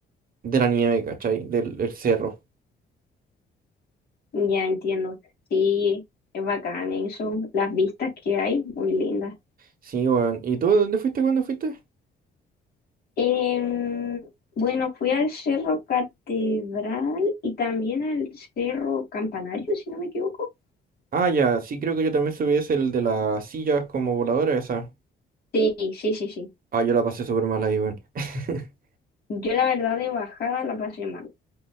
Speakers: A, on the right; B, on the left.
A: de la nieve, ¿cachai? Del, del cerro.
B: Ya entiendo. Sí, es bacán eso. Las vistas que hay, muy lindas.
A: Sí, weón. ¿Y tú dónde fuiste cuando fuiste?
B: Em, bueno, fui al Cerro Catedral y también al Cerro Campanario, si no me equivoco.
A: Ah, ya, sí, creo que yo también subí ese, el de las sillas como voladora esa.
B: Sí, sí, sí, sí.
A: Ah, yo la pasé súper mal ahí, weón. <laughs>
B: Yo la verdad de bajada la pasé mal.